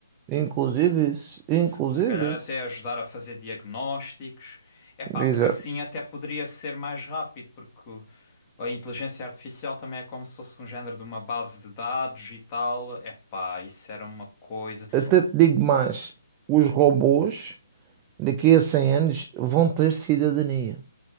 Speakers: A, on the right; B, on the left.
A: Inclusive isso, inclusive
B: Se, se calhar até
A: isso.
B: ajudar a fazer diagnósticos. É pá,
A: Exato.
B: porque assim até poderia ser mais rápido, porque o- a inteligência artificial também é como se fosse um género de uma base de dados e tal. É pá, isso era uma coisa.
A: Até te digo mais, os robôs daqui a 100 anos vão ter cidadania.